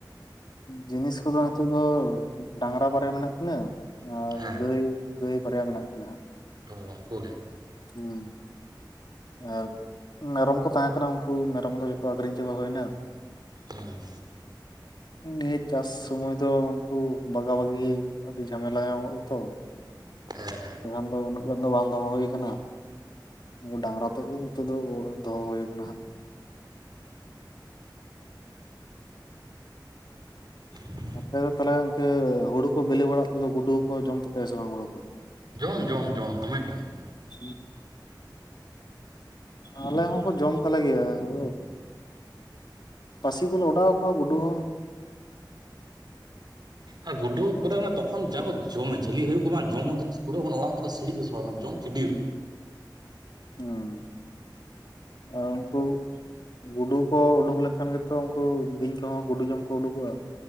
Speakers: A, on the left; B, on the right.
A: ᱡᱤᱱᱤᱥ ᱠᱚᱫᱚ ᱱᱤᱛᱚᱜ ᱫᱚ ᱰᱟᱝᱨᱟ ᱵᱟᱨᱭᱟ ᱢᱮᱱᱟᱜ ᱠᱤᱱᱟᱹ ᱟᱨ
B: ᱦᱮᱸ
A: ᱜᱟᱹᱭ ᱜᱟᱹᱭ ᱵᱟᱨᱭᱟ ᱢᱮᱱᱟᱜ ᱠᱤᱱᱟ ᱦᱟᱸᱜ
B: ᱚᱸ ᱩᱱᱠᱩ ᱜᱮ
A: ᱦᱩᱸ ᱟᱨ ᱢᱮᱨᱚᱢ ᱠᱚ ᱛᱟᱦᱮᱸ ᱠᱟᱱᱟ ᱩᱱᱠᱩ ᱢᱮᱨᱚᱢ ᱫᱚ ᱡᱚᱛᱚ ᱟᱠᱷᱨᱤᱧ ᱪᱟᱵᱟ ᱦᱩᱭ ᱮᱱᱟ
B: ᱦᱩᱸ
A: ᱚᱸ ᱱᱤᱭᱟᱹ ᱪᱟᱥ ᱥᱚᱢᱚᱭ ᱫᱚ ᱩᱱᱠᱩ ᱵᱟᱜᱟ ᱵᱟᱜᱤ ᱟᱹᱰᱤ ᱡᱷᱟᱢᱮᱞᱟ ᱦᱚᱭᱚᱜ-ᱟ ᱛᱚ ᱾
B: ᱦᱮᱸ ᱦᱮᱸ
A: ᱟᱫᱚ ᱩᱱᱟᱹᱜ ᱜᱟᱱ ᱫᱚ ᱵᱟᱝ ᱫᱚᱦᱚ ᱦᱩᱭ ᱟᱠᱟᱱᱟ ᱩᱱᱠᱩ ᱰᱟᱝᱨᱟ ᱛᱮᱫ ᱜᱮ ᱱᱤᱛᱚᱜ ᱫᱚ ᱫᱚᱦᱚ ᱦᱩᱭ ᱟᱠᱟᱱᱟ ᱦᱟᱸᱜ ᱾
B: <inaudible>
A: ᱟᱯᱮ ᱫᱚ ᱛᱟᱦᱚᱞᱮ ᱜᱚᱝᱠᱮ ᱦᱩᱲᱩ ᱠᱚ ᱵᱤᱞᱤ ᱵᱟᱲᱟᱜ ᱛᱮᱫᱚ ᱜᱩᱰᱚ ᱠᱚ ᱡᱚᱢ ᱛᱟᱯᱮᱭᱟ ᱥᱮ ᱵᱟᱝ ᱦᱩᱲᱩ ᱠᱚ?
B: ᱡᱚᱢ ᱡᱚᱢ ᱡᱚᱢ ᱫᱚᱢᱮ ᱡᱚᱢ ᱾
A: ᱦ ᱟᱞᱮ ᱦᱚᱸᱠᱚ ᱡᱚᱢ ᱛᱟᱞᱮ ᱜᱮᱭᱟ ᱦᱩᱲᱩ ᱯᱟᱹᱥᱤ ᱠᱚᱞᱮ ᱚᱰᱟᱣ ᱟᱠᱚ ᱦᱚ ᱜᱚᱰᱚ ᱦᱚᱸ
B: ᱟᱨ ᱜᱩᱰᱚ ᱯᱚᱨᱮ ᱦᱚ ᱛᱚᱠᱷᱚᱱ ᱡᱟ ᱠᱚ ᱡᱚᱢᱟ ᱡᱟᱹᱞᱤ ᱦᱩᱭᱩᱜ ᱠᱚ ᱵᱟᱝ ᱡᱚᱢ ᱧᱩᱚᱢᱟᱹ ᱚᱲᱟᱜ ᱠᱚᱨᱮ ᱥᱤᱲᱤᱡ ᱜᱮ ᱥᱚ ᱟ ᱡᱚᱢ ᱪᱤᱰᱤᱨ,
A: ᱦᱩᱸ ᱟᱨ ᱩᱱᱠᱩ ᱜᱩᱰᱩ ᱠᱚ ᱩᱰᱩᱝ ᱞᱮᱠᱷᱟᱱ ᱜᱮ ᱛᱚ ᱩᱱᱠᱩ ᱵᱤᱧ ᱠᱚᱦᱚᱸ ᱜᱩᱰᱩ ᱡᱚᱢ ᱠᱚ ᱩᱰᱩᱠᱚᱜᱼᱟ ᱾